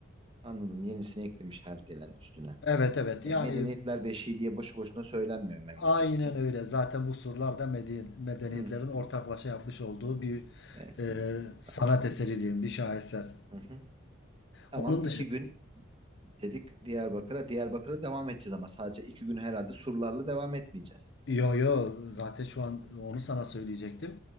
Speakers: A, on the right; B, on the left.
A: Anladım. Yenisini eklemiş her gelen üstüne.
B: Evet evet
A: E,
B: yani
A: medeniyetler beşiği diye boşu boşuna söylenmiyor memlekete
B: aynen
A: canım.
B: öyle. Zaten bu surlar da mede- medeniyetlerin
A: Hı,
B: ortaklaşa yapmış olduğu bir
A: e,
B: e, sanat
A: tamam.
B: eseri diyeyim, bir şaheser.
A: Hı hı. Tamam
B: Onun
A: iki
B: dışı
A: gün dedik Diyarbakır'a. Diyarbakır'a devam edeceğiz ama sadece iki gün herhalde surlarla devam etmeyeceğiz.
B: Yo yo zaten şu an onu sana söyleyecektim.